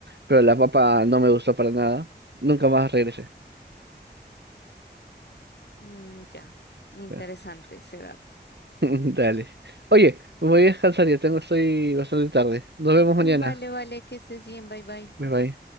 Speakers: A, on the right (about 70°); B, on the left (about 65°).
A: pero la papa no me gustó para nada, nunca más regresé.
B: Mm, ya, interesante
A: <laughs>
B: ese dato.
A: Dale. Oye, voy a descansar, ya tengo, estoy bastante tarde. Nos vemos mañana.
B: Vale, vale, que estés bien, bye bye.
A: Bye bye.